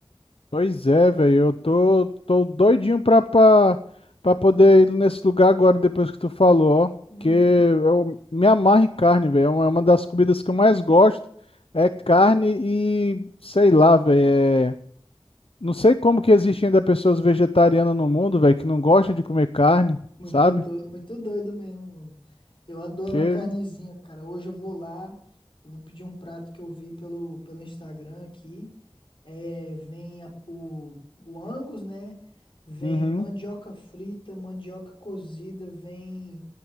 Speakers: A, on the left; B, on the left.
A: Pois é, velho, eu tô, tô doidinho pra, pra, pra poder ir nesse lugar agora, depois que tu falou, ó.
B: Uhum.
A: Porque eu me amarro em carne, velho. É uma é uma das comidas que eu mais gosto. É carne e, sei lá, velho. é- Não sei como que existe ainda pessoas vegetarianas no mundo, velho, que não gostam de comer carne,
B: Muito
A: sabe?
B: doido, muito doido mesmo, mano. Eu adoro
A: Porque,
B: uma carnezinha, cara. Hoje eu vou lá, eu vou pedir um prato que eu vi pelo, pelo Instagram aqui. É, vem a- o, o Angus, né? Vem
A: uhum.
B: mandioca frita, mandioca cozida, vem